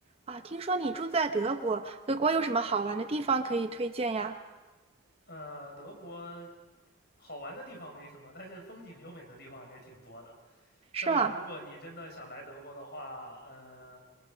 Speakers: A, on the right; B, on the left.
A: 啊，听说你住在德国，德国有什么好玩的地方可以推荐呀？
B: 呃，德国好玩的地方没什么，但是风景优美的地方还是挺多的。
A: 是吗？
B: 像如果你真的想来德国的话，呃，